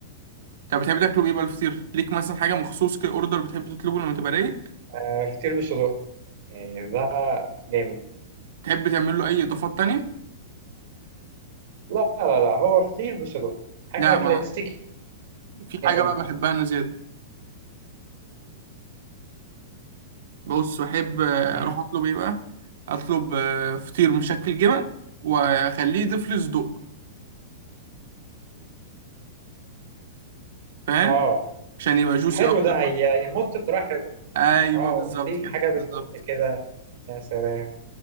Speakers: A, on the right; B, on the right.
A: طب بتحب تاكله ايه بقى الفطير ليك مثلا حاجه مخصوص كده اوردر بتحب تطلبه لما تبقى رايق
B: آه، فطير بالصدق يعني ده جامد
A: تحب تعمل له اي اضافات تانية
B: لا لا لا هو فطير بصدق حاجة
A: لا مع...
B: كلاسيكية
A: في حاجه
B: قوي
A: بقى بحبها انا زياده بص بحب آه،
B: مم.
A: اروح اطلب ايه بقى اطلب آه، فطير مشكل جبن واخليه يضيف لي صدق فاهم
B: اه
A: عشان يبقى جوسي
B: حلو
A: اكتر
B: ده هي-
A: بقى
B: هيمط بطريقة حلوة
A: ايوه
B: اه
A: بالظبط
B: هتلاقيه
A: كده
B: حاجة بتمط
A: بالظبط
B: كده يا سلام